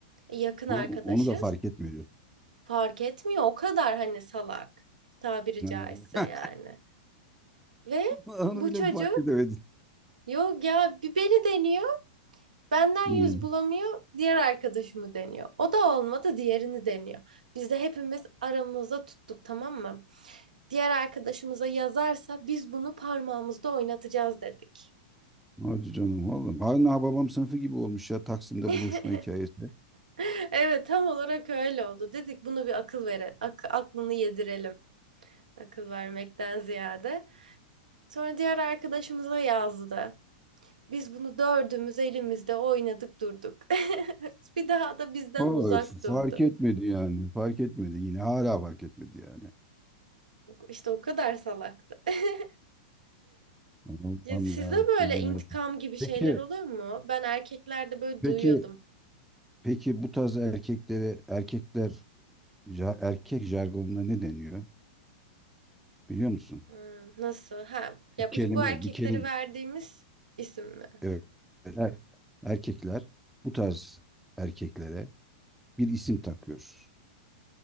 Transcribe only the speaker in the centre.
onu,
onu da fark etmiyor diyorsun.
He.
<laughs>
Onu
bile
mi fark edemedin?
Hmm.
Hadi canım vallahi. Hala babam sınıfı gibi olmuş ya Taksim'de
buluşma hikayesi.
Vallahi
f- fark
etmedi yani. Fark etmedi yine. Hala fark etmedi yani.
Allah'ım
ya Rabbim
ya
Rabbim.
Peki,
peki,
peki bu tarz erkeklere erkekler ja- erkek jargonuna ne deniyor? Biliyor musun?
Bir kelime,
bir kelime.
Evet. Er- erkekler bu tarz erkeklere bir isim takıyor.